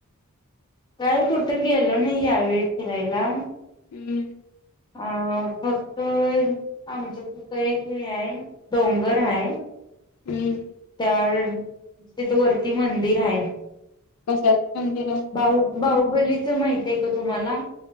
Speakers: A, on the left; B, on the left.
A: काय कुठ गेलो नाय यावेेळी फिरायला.
B: हूं
A: अ फक्त आमच्या तिथं एक हे हाय डोंगर हाय
B: हम्म
A: तर तिथं वरती मंदिर हाय.
B: कशाच मंदिर हाय?
A: बाहू बाहुबलीचं माहित आहे का तुम्हाला